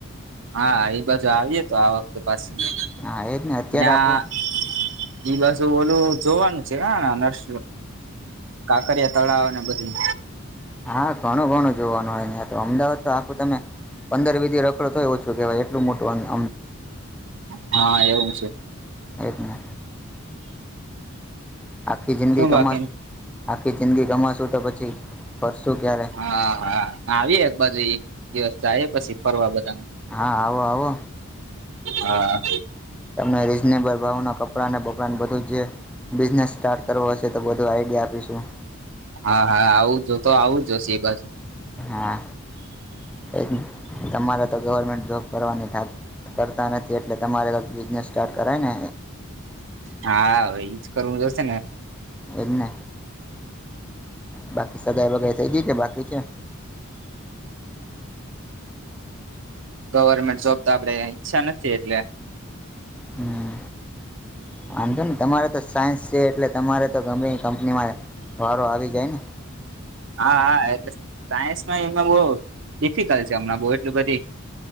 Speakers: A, on the right; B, in the centre.
A: હા એ બાજુ આવીએ તો આ વખતે પાછી
B: હા એ જ ને અત્યારે
A: ત્યાં
B: આપણું
A: એઈ બાજુ ઓલું જોવાનું છે નર્સ કાકરિયા તળાવ ને બધી
B: હા ઘણું ઘણું જોવાનું હોય નહં તો અમદાવાદ તો આખું તમે પંદર વિધિ રખડો તોય એ ઓછું કહેય એટલું મોટું અંગ
A: હ હા એવું છે
B: એજ ને આખી જિંદગી
A: શું
B: કમાસ
A: બાકી
B: આખી જિંદગી કમાસું તો પછી ફરશું ક્યારે
A: હા હા આવીએ એક બાજુ એક દિવસ જાય પછી ફરવા બધા
B: હા આવો આવો
A: હા
B: તમે રીઝનેબલ ભાવના કપડાને બકડાને બધું જે બિઝનેસ સ્ટાર્ટ કરવો હશે તો બ અગે આપીશું
A: હા હા આવું જો તો આવું જોશે એ બાજુ
B: હા એજ તમારે ગવર્મેન્ટ જોબ કરવાની કરતા નથી એટલે તમારે ક બિઝનેસ સ્ટાર્ટ કરાય ને
A: હા એજ કરવું જોશે ને
B: એજ ને બાકી સગાઈ વગ થઇ ગય કે બાકી છે
A: ગવર્મેન્ટ જોબ તો આપડે ઈચ્છા નથી એટલે
B: હમ વાંધો ને તમારે તો સાયન્સ છે એટલે તમારે તો ગમે કંપનીમાં વારો આવી જાય ને
A: હા હા એટલે સાયન્સમાં એ બ ડિફિકલ્ટ છે હમણાં બહ એટલ બધી